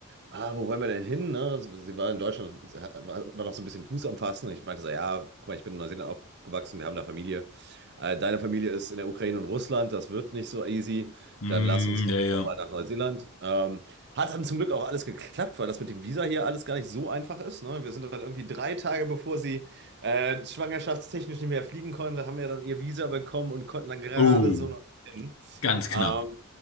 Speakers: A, on the right; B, on the left.
A: ah, wo wollen wir denn hin? Ne? Also, Sie war in Deutschland, war, war noch so ein bisschen Fuß am Fassen. Und ich meinte so, ja, guck mal, ich bin in Neuseeland aufgewachsen, wir haben da Familie. Äh, deine Familie ist in der Ukraine und Russland, das wird nicht so easy.
B: Hm,
A: Dann lass uns doch
B: ja, ja.
A: mal nach Neuseeland. Ähm, hat dann zum Glück auch alles geklappt, weil das mit dem Visa hier alles gar nicht so einfach ist. Ne? Wir sind dann irgendwie drei Tage, bevor sie äh, schwangerschaftstechnisch nicht mehr fliegen konnte, haben wir dann ihr Visa bekommen und konnten dann gerade
B: Oh,
A: so noch hin.
B: ganz
A: Ähm,
B: knapp.